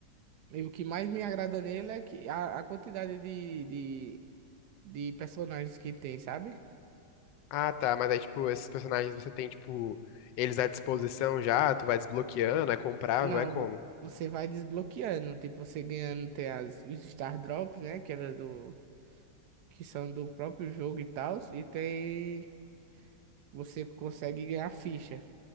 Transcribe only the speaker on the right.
e o que mais me agrada nele é que a, a quantidade de, de, de personagens que tem, sabe?
Não,
vo- você vai desbloqueando. Tipo, você ganhando tem as, os Star Drops, né? Que era do, que são do próprio jogo e tal. E tem. Você consegue ganhar ficha.